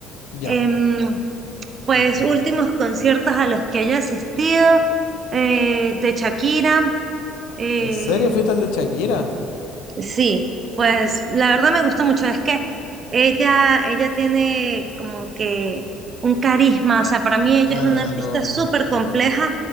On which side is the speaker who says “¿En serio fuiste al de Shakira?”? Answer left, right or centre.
Left